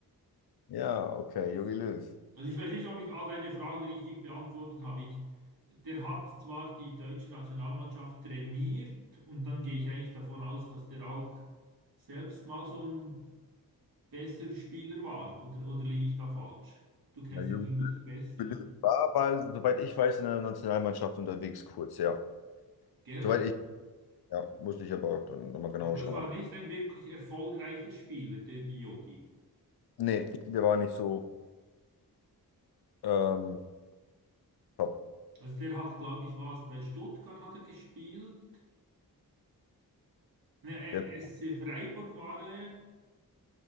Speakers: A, on the left; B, on the right.
A: Ja, okay, Jogi Löw.
B: Also ich weiß nicht, ob ich all deine Fragen richtig beantwortet habe. Ich, der hat zwar die deutsche Nationalmannschaft trainiert und dann gehe ich eigentlich davon aus, dass der auch selbst mal so ein besserer Spieler war. Oder, oder liege ich da falsch? Du kennst
A: Ja, Jogi
B: ihn vermutlich besser,
A: Löw
B: ja?
A: war aber, soweit ich weiß, in der Nationalmannschaft unterwegs kurz, ja.
B: Gell?
A: Soweit ich, ja, musste ich aber dann nochmal genau
B: Aber das
A: schauen.
B: war
A: Aber
B: nicht ein wirklich erfolgreicher Spieler, der Yogi.
A: nee, der war nicht so ähm, top.
B: Also der hat, glaube ich, was bei Stuttgart hat er gespielt. Ne, Ä-
A: Der,
B: SC Freiburg war er.